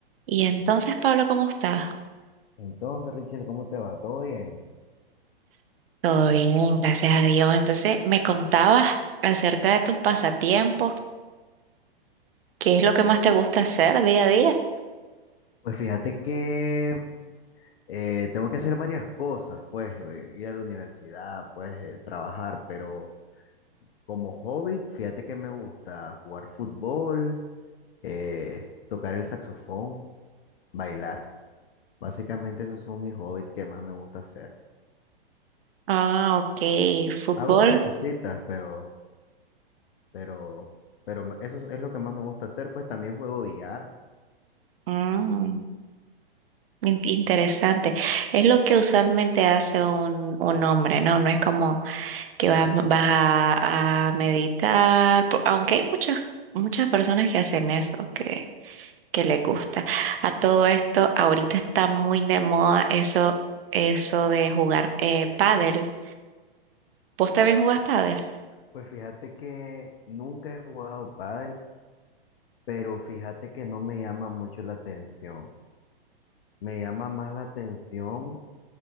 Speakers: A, on the right; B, on the left.
A: Y entonces, Pablo, ¿cómo estás?
B: Entonces, Richel, ¿cómo te va? ¿Todo bien?
A: Todo bien, gracias a Dios. Entonces, me contabas acerca de tus pasatiempos, ¿qué es lo que más te gusta hacer día a día?
B: Pues fíjate que eh, tengo que hacer varias cosas, pues eh, ir a la universidad, pues eh, trabajar, pero como hobby, fíjate que me gusta jugar fútbol, eh, tocar el saxofón, bailar. Básicamente esos son mis hobbies que más me gusta hacer.
A: Ah, ok, fútbol.
B: Hago otras cositas, pero, pero, pero me- eso es lo que más me gusta hacer, pues también juego billar.
A: Mm, in- interesante. Es lo que usualmente hace un, un hombre, ¿no? No es como que vas, vas a, a meditar, po- aunque hay muchas, muchas personas que hacen eso, que que le gusta. A todo esto, ahorita está muy de moda eso, eso de jugar eh, pádel. ¿Vos también jugás pádel?
B: Pues fíjate que nunca he jugado pádel. pero fíjate que no me llama mucho la atención. Me llama más la atención